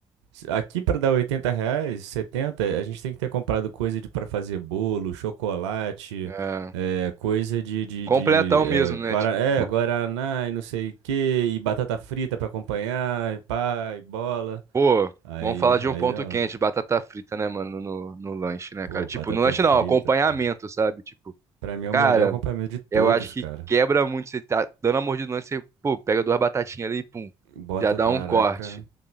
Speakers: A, on the right; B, on the right.
A: Se- Aqui pra dar 80 reais, 70 a gente tem que ter comprado coisa de para fazer bolo, chocolate,
B: É.
A: é, coisa de, de,
B: Completão
A: de
B: mesmo,
A: é, guara-
B: né? Tipo,
A: é, guaraná e não sei o que, e batata frita pra acompanhar, e pá, e bola.
B: pô,
A: Aí,
B: vamos falar de
A: aí
B: um ponto
A: dá.
B: quente, batata frita, né, mano, no, no lanche, né,
A: Pô,
B: cara? Tipo,
A: batata
B: no lanche
A: frita,
B: não, acompanhamento,
A: cara.
B: sabe? Tipo,
A: Pra mim é
B: cara,
A: o melhor acompanhamento de todos,
B: eu acho que
A: cara.
B: quebra muito. Você tá dando a mordida no lanche, você, pô, pega duas batatinhas ali e pum,
A: Bota,
B: já dá
A: caraca.
B: um corte.